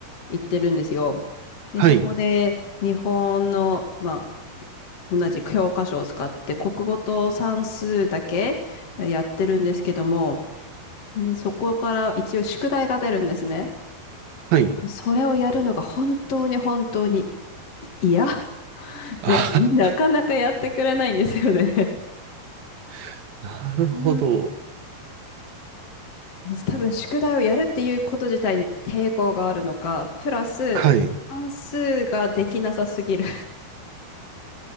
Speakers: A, on the left; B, on the right.
A: 行ってるんですよ。で、
B: はい。
A: そこで、日本の、まあ、同じ教科書を使って、国語と算数だけやってるんですけども、ね、そこから一応宿題が出るんですね。
B: はい。
A: それをやるのが本当に本当にい嫌 <laughs>
B: あ、
A: で、なかなかやってくれないんですよね。
B: <laughs> なるほど。
A: うん多分宿題をやるっていうこと自体に抵抗があるのか、プラス、
B: はい。
A: 算数ができなさすぎる。